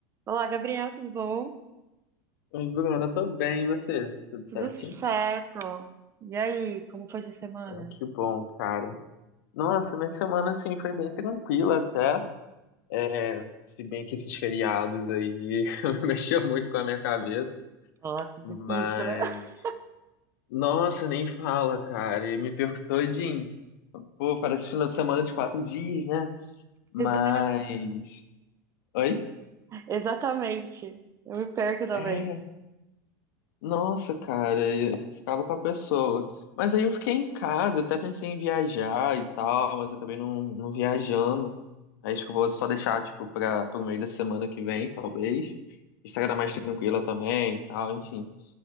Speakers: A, on the right; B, on the left.
A: Olá, Gabriel, tudo bom?
B: Oi, Bruno, eu tô bem, e você? Tudo certinho?
A: Tudo certo. E aí, como foi essa semana?
B: Ah, que bom, cara. Nossa, minha semana, assim, foi bem tranquila até. É, Se bem que esses feriados aí <laughs> mexeu muito com a minha cabeça.
A: Nossa, difícil,
B: Mas,
A: né? <laughs>
B: nossa, nem fala, cara. E me perco todinho. Pô, parece final de semana de quatro dias, né? Mas,
A: Exa-
B: oi?
A: exatamente. Eu me perco também.
B: É. Nossa, cara, e você acaba com a pessoa. Mas aí eu fiquei em casa, até pensei em viajar e tal, mas acabei não, não viajando. Aí acho que eu vou só deixar, tipo, para o meio da semana que vem, talvez. A estrada mais tranquila também e tal, enfim.